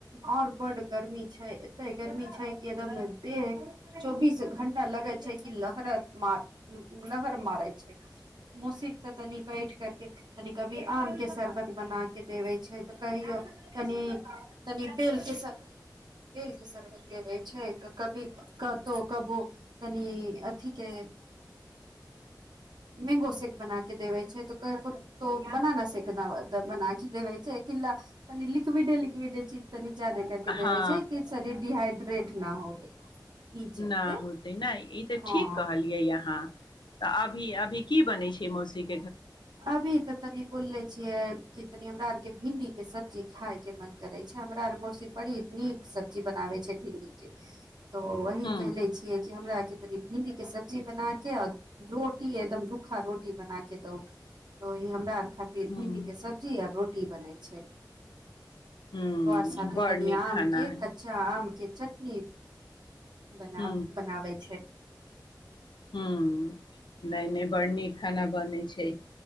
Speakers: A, on the right; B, on the left.
A: आओर बड गर्मी छै एते गर्मी छै क एकदम देह चौबीस घंटा लगे छै कि लहर मार लहर मारे छै मसीर ते तनि बैठ करके तनि कभी आम के शरबत बना के ऽ कहिय कनि ब शरबत दे क कौ क तनि अथ के मैंगो सेक बना के देबै छै तऽ बनाना सेक देै छै कििल ल तनी लिक्विडे लिक्विड चीज तनी जादे कर के
B: हँ
A: देवे छै कि शरीर डिहाइड्रेट ना होवे ई चलते
B: न होतै ने ई तऽ
A: हँ
B: ठीक कहलियै अहाँ तऽ अभी अभी की बनै छै मौसीीक
A: अभी तऽ तनी बोल ले छियै कि तनी हमरा आरके भिंडीके सब्जी खायके मन करै छै हमरा आर मौसी बड़ी नीक सब्जी बनाबै छै भिंडीके तो वही
B: ह
A: कहले छियै कि हमरा के भिंडी के सब्जी बना के आ रोटी एकदम रूखा रोटी बना के दू तऽही हमरा खातिर
B: ह
A: भिन्डी के सब्ी आ रोट की बनै छै
B: ह
A: तर साे
B: बड़
A: तनी
B: नीक
A: आमके
B: खाना हइ
A: कच्चा आमके चटनी बना
B: ह
A: बनाबै छै
B: ह नहि नहि बड़ नीक खाना बनैत छै